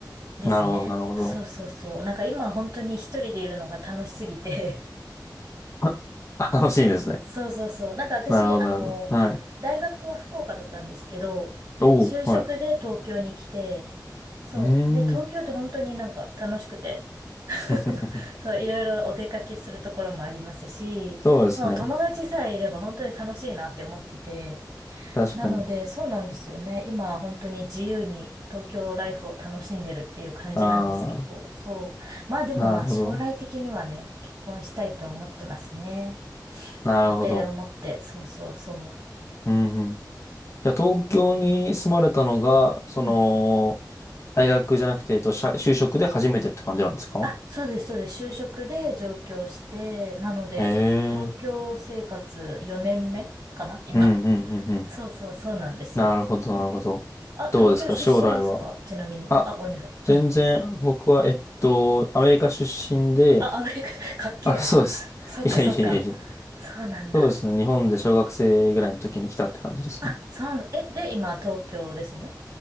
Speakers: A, on the right; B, on the left.
A: ですね。
B: あ、なるほど、なるほど。
A: そうそうそう。なんか今本当に一人でいるのが楽しすぎて
B: <laughs> あ、あ楽しいですね。
A: <laughs> そうそうそう。なんか私、
B: なるほど、
A: あの、
B: なるほど。はい。
A: 大学は福岡だったんですけど、
B: おお、
A: 就職で東京に来て、
B: はい。
A: そう。
B: うーん。
A: で、東京って本当になんか楽しくて <laughs>
B: <laughs>
A: そう、いろいろお出かけするところもありますし、
B: そうですね。
A: もう友達さえいれば本当に楽しいなって思ってて、
B: 確かに。
A: なので、そうなんですよね。今、本当に自由に東京ライフを楽しんでるっていう感じなんですけど、
B: ああ。
A: そう。まあでもまあ将来的にはね、
B: なるほど。
A: 結婚したいとは思ってますね。
B: なるほど。
A: 家庭を持って、そうそうそ
B: うんうん。じゃあ、東京に住まれたのが、その、
A: う。うん。
B: 大学じゃなくて、えっと、社就職で初めてって感じなんですか
A: あ、そうです、そうです。就職で上京して、なので、
B: ええ
A: 東京生活4年目かな今。
B: ー。うんうんうんうん。
A: <laughs> そうそう、そうなんですよ。
B: なるほど、なるほど。
A: あ、
B: どうですか、
A: 東京出身ですかちなみに。
B: 将来は。あ、
A: あ、ごめんなさい。
B: 全然、
A: うん。
B: 僕は、えっと、アメリカ出身で、
A: あ、アメリカ、<laughs> かっけえな。
B: あ、そうです。
A: そっかそっか。
B: <laughs> いやいやいやいや。
A: そうなんだ。
B: そうですね。日本で小学生ぐらいの時に来たって感じですね。
A: あ、そう、え、で、今、東京ですよね。